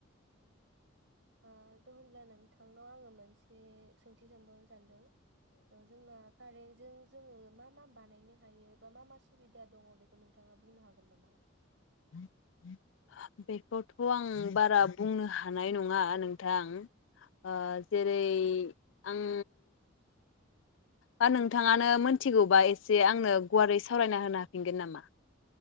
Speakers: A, on the right; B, on the left.
A: अ त' होमब्ला नोंथांनाव आङो मोनसे सोंथि सोंबावनो सानदों। त जोंना कारेन्टजों जोङो मा मा बानायनो हायो बा मा मा सुबिदा दङ बेखौ नोंथाङा बुंनो हागोन नामा? <inaudible>
B: <inaudible> बेखौथ' आं बारा बुंनो हानाय नङा नोंथां। अ जेरै आं बा नोंथाङानो मोनथिगौबा एसे आंनो गुवारै सावरायना होनो हाफिनगोन नामा?